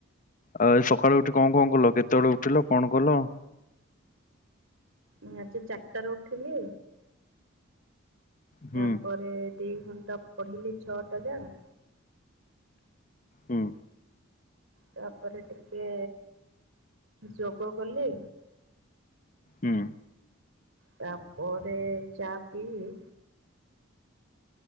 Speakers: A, on the left; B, on the right.
A: ଆଉ ଆଜି ସକାଳୁ ଉଠି କଣ କଣ କଲ? କେତେବେଳେ ଉଠିଲ କଣ କଲ?
B: ମୁଁ ଆଜି ଚାରିଟାରେ ଉଠିଲି।
A: ହୁଁ
B: ତାପରେ ଦିଇ ଘଣ୍ଟା ପଢ଼ିଲି ଛଅ ଟା ଯାଏ।
A: ହୁଁ।
B: ତାପରେ ଟିକେ ଯୋଗ କଲି।
A: ହୁଁ।
B: ତାପରେ ଚା ପିଇଲି।